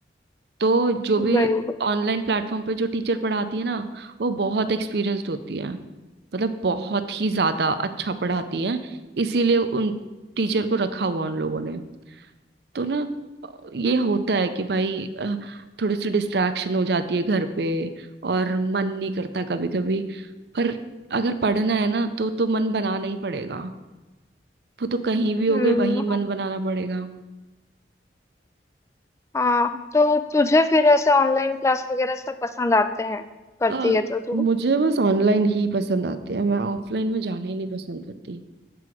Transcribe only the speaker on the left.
वही वही।
हम्म
हाँ
हाँ, तो तुझे फिर ऐसे ऑनलाइन क्लास वगैरह सब पसंद आते हैं करती
है तो तू